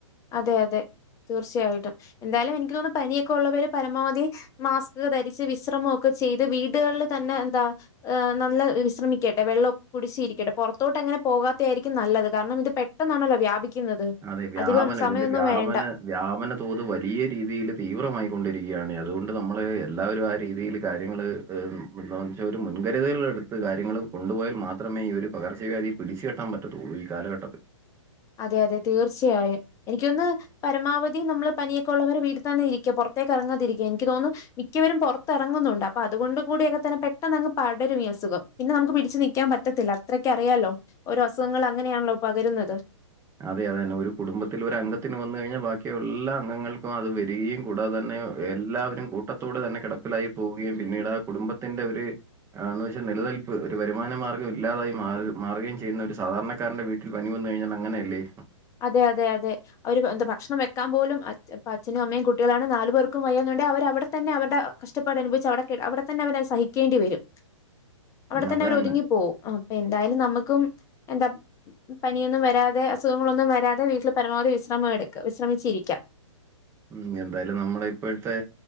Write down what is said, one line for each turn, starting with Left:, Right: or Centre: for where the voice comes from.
Left: അതെ അതെ തീർച്ചയായിട്ടും എന്തായാലും എനിക്ക് തോന്നുന്നു പനിയൊക്കെ ഉള്ളവര് പരമാവധി മാസ്ക് ധരിച്ച് വിശ്രമൊക്കെ ചെയ്ത് വീടുകളിൽ തന്നെ എന്താ ഹ് നല്ല വിശ്രമിക്കട്ടെ വെള്ളമൊക്കെ കുടിച്ചിരിക്കട്ടെ പുറത്തോട്ട് അങ്ങനെ പോകാത്തെയ ആയിരിക്കും നല്ലത് കാരണം ഇത് പെ പെട്ടെന്നാണല്ലോ വ്യാപിക്കുന്നത്
Right: അതെ. വ്യാപനം.
Left: അധികം സമയമൊന്നും
Right: ഇതിന്റെ വ്യാപന
Left: വേണ്ട
Right: വ്യാപന തോത് വലിയ രീതിയിൽ തീവ്രമായിക്കൊണ്ടിരിക്കുകയാണ് അതുകൊണ്ട് നമ്മള് എല്ലാവരും ആ രീതിയിൽ കാര്യങ്ങള് എന്നുവെച്ചാൽ ഒരു മുൻകരുതലൾ എടുത്ത് കാര്യങ്ങൾ കൊണ്ടുപോയാൽ മാത്രമേ ഈ ഒരു പകർച്ചവ്യാദി പിടിച്ച് കെട്ടാൻ പറ്റത്തുള്ളൂ ഈ കാലഘട്ടത്ത്
Left: അതെ അതെ തീർച്ചയായും എനിക്കൊന്ന് പരമാവധി നമ്മള് പനിയൊക്കെ ഉള്ളവര് വീട്ടിൽ തന്നെ ഇരിക്കുക പുറത്തേക്ക് ഇറങ്ങാതിരിക്കുക എനിക്ക് തോന്നുന്നു മിക്കവരും പുറത്തിറങ്ങുന്നുണ്ട് അപ്പൊ അതുകൊണ്ട് കൂടിയൊക്കെ തന്നെ പെട്ടെന്ന് അങ്ങ് പടരും ഇ അസുഖം പിന്നെ നമുക്ക് പിടിച്ച് നിക്കാൻ പറ്റത്തില്ല അത്രക്ക അറിയാാലോ ഓരോ അസുഖങ്ങൾ അങ്ങനെയാണല്ലോ പകരുന്നത്
Right: അതെ അതെന്നെ ഒരു കുടുംബത്തിൽ ഒരു അംഗത്തിന് വന്ന് കഴിഞ്ഞാൽ ബാക്കി എല്ലാ അംഗങ്ങൾക്കും അത് വരികയും കൂടാതെ തന്നെ എല്ലാവരും കൂട്ടത്തോടെ തന്നെ കിടപ്പിലായി പോവുകയും പിന്നീട് ആ കുടുംബത്തിന്റെ ഒരു ആ എന്ന് വെച്ചാൽ നിലനിൽപ്പ് ഒരു വരുമാന മാർഗ്ഗം ഇല്ലാതായി മാ മാറുകയും ചെയ്യുന്ന ഒരു സാധാരണക്കാരന്റെ വീ ഒരു പനി വന്നു കിഞ്ഞാൽ അങ്ങനെയല്ലേ
Left: അതെ അതെ അതെ അവര് എന്താ ഭക്ഷണം വെക്കാൻ പോലും അ അച്ഛനും അമ്മയും കുട്ടികളാണ് നാലു പേർക്കും വയ്യന്നണ്ടങ്കിൽ അവർ അവിടെ തന്നെ അവരുടെ കഷ്ടപ്പാട് അനുഭവിച്ച് അവിടെ അവിടെത്തന്നെ അവരത് സഹിക്കേണ്ടി വരും അവിടെത്തന്നെ
Right: അതാണ്.
Left: അവർ ഒതുങ്ങിപ്പോവും അപ്പൊ എന്തായാലും നമുക്കും എന്താ പനിയൊന്നും വരാതെ അസുഖ അസുഖങ്ങളൊന്നും വരാതെ വീട്ടിൽ പരമാവധി വിശ്രമ വിശ്രമിച്ചിരിക്കാം
Right: ഉം എന്തായാലും നമ്മള ഇപ്പോഴത്തെ